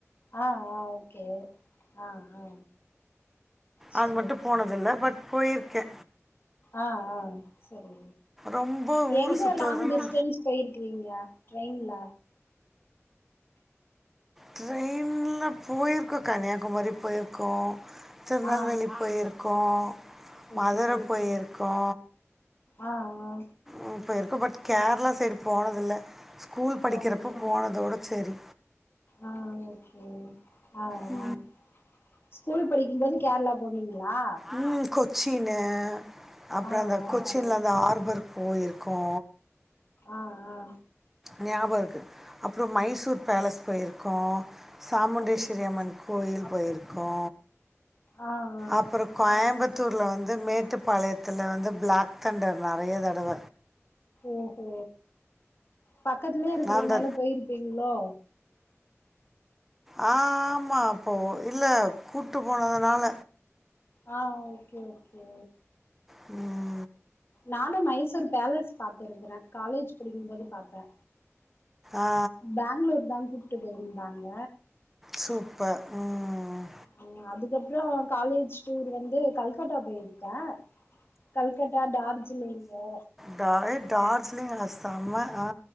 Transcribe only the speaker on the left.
ஆ ஆ ஓகே ஆ ஆ சரி
ஓகே
ஆ ஆ சரி
எங்க
லாங் டிஸ்டன்ஸ் போயிருக்கறீங்க ட்ரெயின்ல
ஆ
ஓகே
ஆ ஆ
கோனவில்
ஆ ஓகே ஆ ஆ
ஸ்கூல் படிக்கும்போது கேரளா போனீங்களா
ஆ
ஆ
ஆ ஆ
அ அப்படியா
ஆ ஆ
ஓஹோ பக்கத்துலியே இருக்கறதனாலப்
போயிருப்பீங்ளோ
ஆ ஓகே ஓகே
நானும் மைசூர் பேலஸ் பாத்துருக்கறே காலேஜ் படிக்கும்போது பாத்தே
பெங்ளூர்தாங் கூப்ட்டு போயிந்தாங்க
ம் அதுக்கப்றோ காலேஜ் ச் டூரு வந்து கல்கட்டா போயிருக்கே கல்கட்டா டார்ஜிலிங்கே